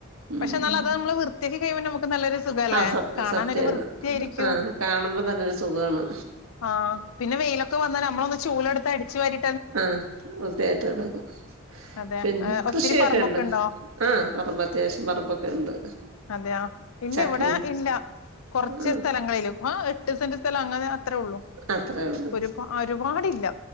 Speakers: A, on the right; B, on the left.
A: ഉം
B: പക്ഷെ എന്നാൽ അത് നമ്മള് വൃത്തിയാക്കി കഴിയുമ്പോ നമുക്ക് നല്ലരു സുഖല്ലേ
A: ആഹ് സത്യ
B: കാണാനൊരു
A: സത്യാണ്
B: വൃത്തി ആയിരിക്കും
A: ആഹ് കാണുമ്പോ തന്നൊരു സുഖാണ്
B: ആ പിന്നെ വെയിലൊക്കെ വന്നാൽ നമ്മള് ഒന്ന് ചൂലെടുത്ത് അടിച്ചു വാരി
A: ആ വ്യത്തിയായിട്ട് കിടക്കും
B: അതെ
A: പിന്നെ
B: ഒത്തിരി
A: കൃഷിയൊക്കെ
B: പറമ്പൊക്കെ
A: ഉണ്ട്
B: ഉണ്ടോ
A: ആ പറമ്പ് അത്യാവശ്യം പറമ്പൊക്കെ ഉണ്ട്
B: അതെയാ ഇല്ല
A: ചക്കയും
B: ഇവിടെ ഇല്ല കുറച്ച്
A: ആഹ്
B: സ്ഥലങ്ങളിലും എട്ട് സെന്റ് സ്ഥലം അങ്ങനെ അത്ര ഉള്ളു
A: അത്രേ ഉള്ളൂ
B: ഒരുപ ഒരുപാടില്ല